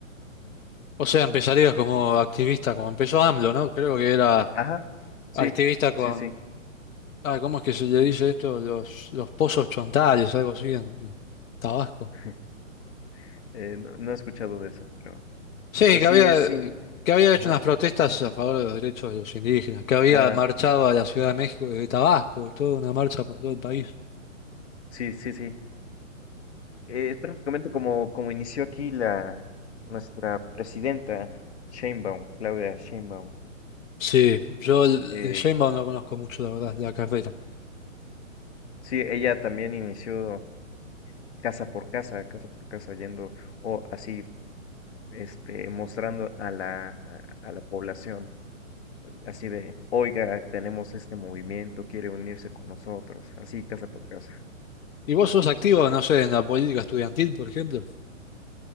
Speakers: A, on the left; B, on the left.
A: O sea, empezarías como activista, como empezó AMLO, ¿no? Creo que era
B: Ajá, sí,
A: activista con...
B: sí, sí.
A: Ah, ¿cómo es que se le dice esto? Los, los pozos chontales, algo así en en Tabasco.
B: <laughs> Eh, no, no he escuchado de eso, pero,
A: Sí,
B: pero
A: que
B: sí
A: había,
B: es, sí
A: que había hecho
B: ajá,
A: unas protestas a favor de los derechos de los indígenas, que había
B: ah,
A: marchado a la Ciudad de México desde Tabasco, toda una marcha por todo el país.
B: sí, sí, sí. Eh, es prácticamente como, como inició aquí la, nuestra presidenta, Sheinbaum, Claudia Sheinbaum.
A: Sí, yo el-
B: Eh,
A: de Sheinbaum no conozco mucho, la verdad, la carrera.
B: sí, ella también inició casa por casa, casa por casa, yendo o así, este, mostrando a la, a a la población, así de, oiga, tenemos este movimiento, quiere unirse con nosotros, así, casa por casa.
A: ¿Y vos sos
B: Entonces,
A: activo, no sé, en la política estudiantil, por ejemplo?